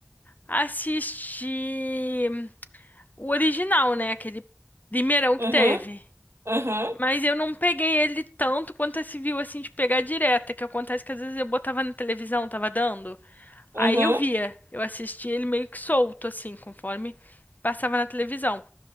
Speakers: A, on the left; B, on the right.
A: a assistir o original, né? Aquele primeirão
B: Uhum,
A: que teve.
B: uhum,
A: Mas eu não peguei ele tanto quanto esse viu assim de pegar direta, que acontece que às vezes eu botava na televisão, tava dando.
B: uhum,
A: Aí eu via, eu assistia ele meio que solto, assim, conforme passava na televisão.